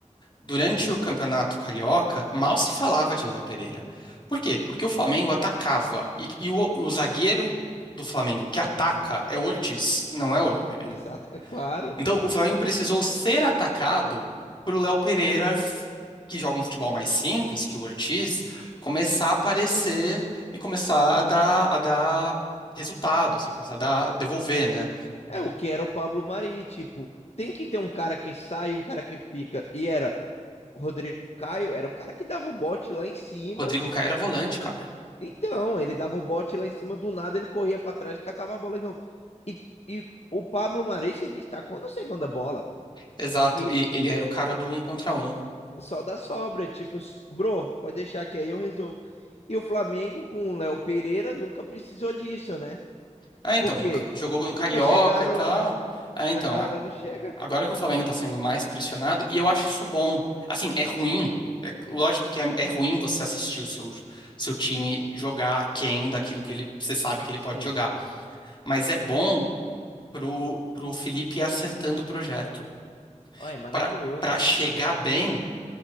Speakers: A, on the left (about 40°); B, on the left (about 55°).
A: Durante
B: Sim.
A: o Campeonato Carioca, mal se falava de Léo Pereira. Por quê? Porque o Flamengo atacava. E, e o, o zagueiro do Flamengo que ataca é o Ortiz, não é o Léo Pereira.
B: Exato, é claro.
A: Então, o Flamengo precisou ser atacado pro Léo Pereira, f- que joga um futebol mais simples, que o Ortiz, começar a aparecer e começar a dar, a dar resultado, assim, começar a dar, devolver, né?
B: É o que era o Pablo Mari, tipo, tem que ter um cara que sai, um cara que fica. E era o Rodrigo Caio, era o cara que dava o bote lá em cima.
A: Rodrigo Caio era volante, cara.
B: Mano, então, ele dava o bote lá em cima, do nada ele corria para trás, catava a bola de novo. E, e o Pablo Mari se destacou na segunda bola, pô.
A: Exato.
B: Que
A: E ele era o cara do um contra um.
B: só da sobra, tipo, sobrou, pode deixar que aí eu resolvo. E o Flamengo com o Léo Pereira nunca precisou disso, né?
A: Ah, então,
B: Porque
A: no- jogou no Carioca
B: nunca chegaram
A: e tal.
B: lá,
A: Ah, então.
B: a galera não chega.
A: Agora que o Flamengo tá sendo mais pressionado, e eu acho isso bom. Assim, é ruim. É, lógico que é, é ruim você assistir o seu, seu time jogar aquém daquilo que ele, você sabe que ele
B: Sim,
A: pode jogar. Mas é bom pro, pro Felipe ir acertando o projeto.
B: ó, é maravilhoso.
A: Pra, pra chegar bem,